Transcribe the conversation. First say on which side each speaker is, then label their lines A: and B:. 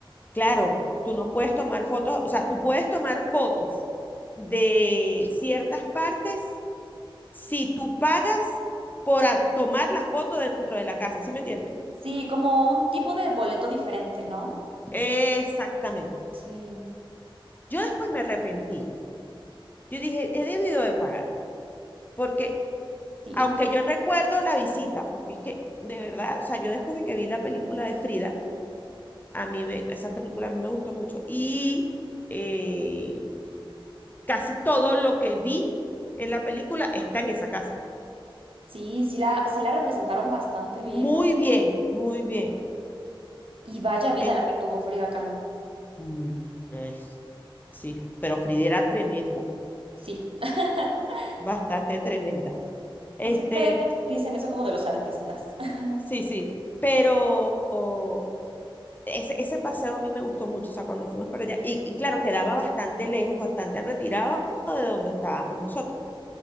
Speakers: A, on the left; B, on the right.
A: Claro, tú no puedes tomar fotos, o sea, tú puedes tomar fotos de ciertas partes si tú pagas por a- tomar la foto dentro de la casa, ¿sí me entiendes?
B: Sí, como un tipo de boleto diferente, ¿no?
A: Exactamente.
B: Sí,
A: Yo después me arrepentí. Yo dije, he debido de pagar, porque
B: sí,
A: aunque yo recuerdo la visita, porque es que de verdad, o sea, yo después de que vi la película de Frida, a mí me, esa película a mí me gustó mucho y eh, casi todo lo que vi en la película está en esa casa.
B: sí, sí la, sí la representaron bastante bien.
A: Muy
B: la-
A: bien, muy bien.
B: Y vaya vida
A: En-
B: la que tuvo Frida Kahlo.
A: mm, eh, sí, pero Frida era tremenda,
B: Sí. <laughs>
A: bastante tremenda. Este,
B: Siempre Sí. di- dicen eso como de los artistas. <laughs>
A: sí, sí, pero oh, ese, ese paseo a mí me gustó mucho, o sea, cuando fuimos para allá, y, y claro, quedaba bastante lejos, bastante retirado de donde estábamos nosotros,